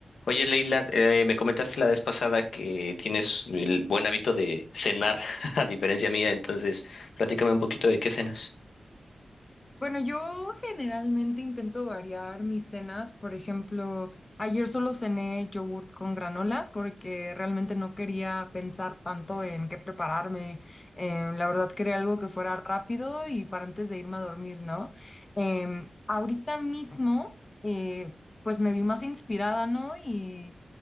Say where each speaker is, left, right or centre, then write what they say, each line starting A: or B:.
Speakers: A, on the left; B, on the left.
A: Oye, Leila, eh, me comentaste la vez pasada que tienes el buen hábito de cenar, <laughs> a diferencia mía, entonces platícame un poquito de qué cenas.
B: Bueno, yo generalmente intento variar mis cenas. Por ejemplo, ayer solo cené yogurt con granola porque realmente no quería pensar tanto en qué prepararme. Em, la verdad quería algo que fuera rápido y para antes de irme a dormir, ¿no? Em, ahorita mismo, eh, pues me vi más inspirada, ¿no? Y